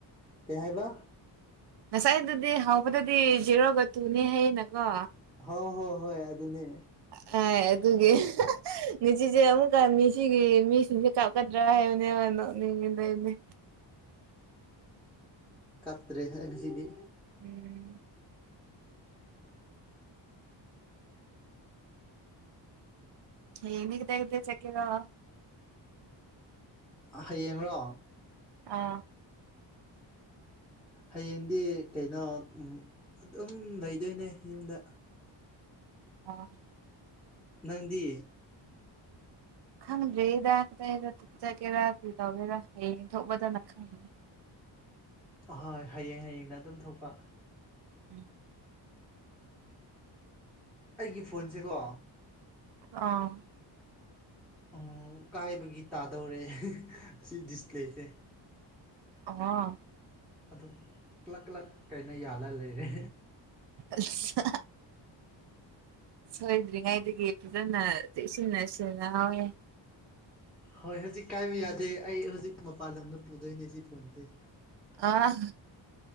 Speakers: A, in the centre; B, on the right (about 65°).
A: ꯀꯩ ꯍꯥꯏꯕ
B: ꯉꯁꯥꯏꯗꯨꯗꯤ ꯍꯥꯎꯕꯗꯨꯗꯤ ꯖꯤꯔꯣꯒ ꯇꯨꯅꯦ ꯍꯌꯦꯅꯀꯣ
A: ꯍꯣ ꯍꯣ ꯍꯣꯏ ꯑꯗꯨꯅꯦ
B: ꯍꯥꯏ ꯑꯗꯨꯒꯤ ꯉꯆꯤꯁꯦ ꯑꯃꯨꯛꯀ ꯃꯤꯁꯤꯒꯤ ꯃꯤꯁꯤꯡꯁꯦ ꯀꯥꯞꯀꯗ꯭ꯔꯥ ꯍꯥꯏꯕꯅꯦꯕ ꯅꯣꯛꯅꯤꯡꯉꯤꯗ ꯑꯩꯗꯤ
A: ꯀꯞꯇ꯭ꯔꯦꯍꯦ ꯉꯁꯤꯗꯤ
B: ꯎꯝ ꯍꯌꯦꯡꯗꯤ ꯀꯗꯥꯏ ꯀꯗꯥꯏ ꯆꯠꯀꯦꯔꯣ
A: ꯍꯌꯦꯡꯔꯣ
B: ꯑꯥ
A: ꯍꯌꯦꯡꯗꯤ ꯀꯩꯅꯣ ꯎꯝ ꯑꯗꯨꯝ ꯂꯩꯗꯣꯏꯅꯦ ꯌꯨꯝꯗ
B: <inaudible>
A: ꯅꯪꯗꯤ
B: ꯈꯪꯗ꯭ꯔꯤꯗ ꯀꯗꯥꯏꯗ ꯆꯠꯒꯦꯔꯥ ꯀꯩ ꯇꯧꯒꯦꯔꯥ ꯍꯌꯦꯡ ꯊꯣꯛꯄꯗꯅ ꯈꯪꯅꯤ <inaudible>
A: ꯍꯣꯏ ꯍꯌꯦꯡ ꯍꯌꯦꯡꯅ ꯑꯗꯨꯝ ꯊꯣꯛꯄ
B: <inaudible>
A: ꯑ ꯑꯩꯒꯤ ꯐꯣꯟꯁꯦꯀꯣ
B: ꯑꯥꯎ
A: ꯑꯥꯎ ꯀꯥꯏꯕꯒꯤ ꯇꯥꯗꯧꯔꯦ ꯁꯤ ꯗꯤꯁꯄ꯭ꯂꯦꯁꯦ
B: ꯑꯣ
A: ꯑꯗꯨꯝ ꯀ꯭ꯂꯛ ꯀ꯭ꯂꯛ ꯀꯩꯅꯣ ꯌꯥꯜꯂ ꯂꯩꯔꯦ
B: ꯑꯁ ꯁꯣꯏꯗ꯭ꯔꯤꯉꯩꯗꯒꯤ ꯐꯖꯅ ꯆꯦꯛꯁꯤꯟꯅ ꯁꯤꯟꯅꯍꯥꯎꯍꯦ
A: ꯍꯣꯏ ꯍꯧꯖꯤꯛ ꯀꯥꯏꯕ ꯌꯥꯗꯦ ꯑꯩ ꯍꯧꯖꯤꯛ ꯃꯄꯥꯟ ꯂꯝꯗ ꯄꯨꯗꯣꯏꯅꯦ ꯁꯤ ꯐꯣꯟꯁꯦ
B: ꯑꯥ